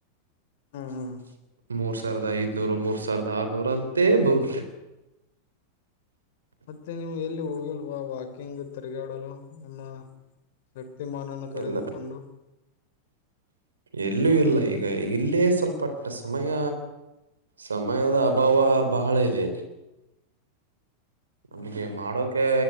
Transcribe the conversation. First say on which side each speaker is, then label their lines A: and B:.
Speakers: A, on the left (about 55°); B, on the right (about 75°).
A: ಹ್ಮ್
B: ಹ <unintelligible>
A: ಹ್ಮ್
B: ಮೂರ್ ಸಾವಿರದ ಐದನೂರ ಮೂರ್ ಸಾವಿರದ ಆರ್ನೂರ ಅಂತ ಬರುತ್ತೆ
A: ಮತ್ತೆ ನೀವು ಎಲ್ಲಿ ಹೋಗಿಲ್ವಾ ವಾಕಿಂಗ್ ತಿರ್ಗಾಡಲು ನಿಮ್ಮ ಶಕ್ತಿಮಾನನ್ನು ಕರೆದುಕೊಂಡು
B: ಎಲ್ಲ ಎಲ್ಲೂ ಇಲ್ಲ ಈಗ ಇಲ್ಲೇ ಸ್ವಲ್ಪ ಪಟ್ ಸಮಯ ಸಮಯದ ಅಭಾವ ಬಹಳ ಇದೆ ನಮ್ಗೆ
A: ಹ್ಮ್
B: ಮಾಡೋಕೆ